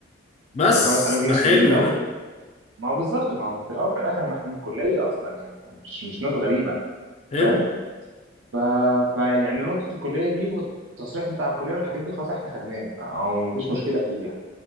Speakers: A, on the left; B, on the right.
A: بس
B: ب 5000 جنيه
A: ده
B: في
A: حلو
B: اليوم دوت
A: ده
B: ما هو بالظبط ما هو انت في الاول في الاخر ما احنا من الكليه اصلا يعني احنا مش مش ناس غريبه
A: حلو
B: فاهم ف... ف يعني نقطه الكليه دي والتصريح بتاع الكليه والحاجات دي خلاص احنا خدناه فهو ما فيش مشكله فيه يعني